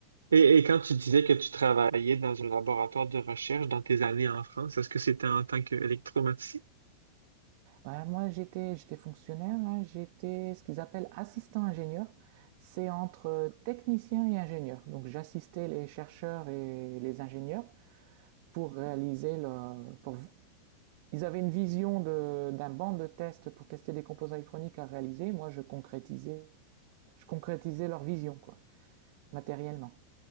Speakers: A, on the right; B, on the right.
A: et, et quand tu disais que tu travaillais dans un laboratoire de recherche dans tes années en France, est-ce que c'était en tant qu'électromaticien?
B: Ouais, moi, j'étais, j'étais fonctionnaire, hein, j'étais ce qu'ils appellent assistant ingénieur. C'est entre technicien et ingénieur. Donc, j'assistais les chercheurs et les ingénieurs pour réaliser le, pour, ils avaient une vision de, d'un banc de test pour tester des composants électroniques à réaliser. Moi, je concrétisais, je concrétisais leur vision, quoi, matériellement.